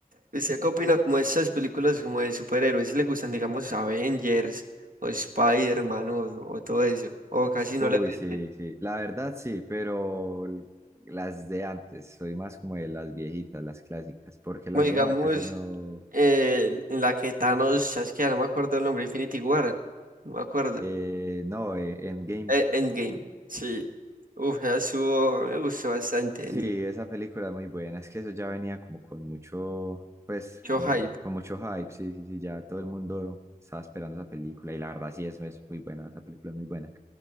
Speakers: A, on the right; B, on the right.
A: ¿Usted qué opina como de estas películas como de superhéroes? Si le gustan, digamos, Avengers o Spider-Man o, o todo eso, o casi no
B: Uy,
A: le
B: sí,
A: mete.
B: sí. La verdad sí, pero l- las de antes, soy más como de las viejitas, las clásicas, porque las
A: Como digamos,
B: de ahora casi no.
A: eh, en la que Thanos chasquea, no me acuerdo el nombre, Infinity War, no me acuerdo.
B: eh, no, eh, Endgame.
A: Eh, Endgame, sí. Uf, esa estuvo- a mí me gustó bastante
B: Sí,
A: Endgame.
B: esa película es muy buena, es que eso ya venía como con mucho, pues,
A: Yo
B: como
A: hype.
B: con mucho hype, sí, sí, sí, ya todo el mundo estaba esperando esa película y la verdad sí, eso es muy buena, esa película es muy buena.